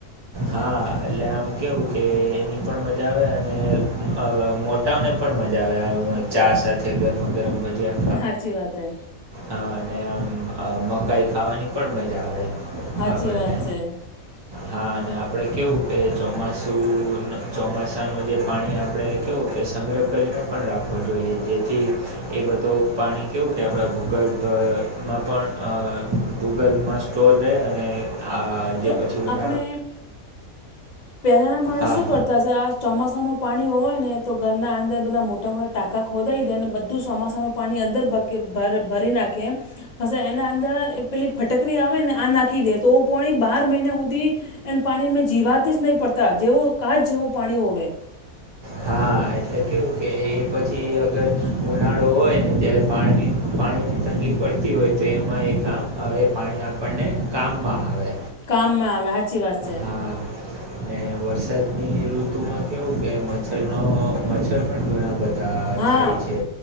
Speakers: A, on the right; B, on the left.
A: હા એટલે આમ કેવું કે એની પણ મજા આવે અને અ મોટાને પણ મજા આવે. ચા સાથે ગરમા-ગરમ ભજ્યા...
B: હાચી વાત છે.
A: હા, અને આમ મકાઈ ખાવાની પણ મજા આવે.
B: સાચી
A: આપણને
B: વાત છે. <inaudible>
A: હા અને આપણે કેવું કે ચોમાસું ચોમાસાનું જે પાણી આપણે કેવું કે સંગ્રહ કરીને... પણ રાખવો જોઈએ. જેથી... એ બધું પાણી કેવું કે આપણા ભૂગર્ભમાં પણ અ... ભૂગર્ભ માં સ્ટોર રે અને આ
B: તો
A: જે પછી હું...
B: આપણે, પહેલાના માણસું
A: હા
B: કર તા ચોમાસાનું પાણી હોય ને તો ઘરના અંદર બધા મોટા-મોટા ટાકા ખોદી દે અને બધું ચોમાસાનું... પાણી અંદર ભર ભરી નાખે.... પછી એના અંદર પેલી ફટકરી આવે ને આ નાખી દે તો પોણી... બાર મહિના સુધી એને પાણી મેં જીવાતી જ નહીં પડતા જેવો કાચ જેવું પાણી હોવે. <inaudible>
A: હા એટલે કેવું કે એ પછી અગર ઉનાળો હોય ને ત્યારે પાણી, પાણીની તંગી... પડતી હોય તો એમાં એ કામ એ પાણી આપણને કામમાં આવે.
B: કામમાં આવે સાચી વાત છે.
A: હા અને વરસાદની ઋતુમાં કેવું કે મચ્છર ને મચ્છર પણ ઘણા... બધા
B: હા,
A: થાય છે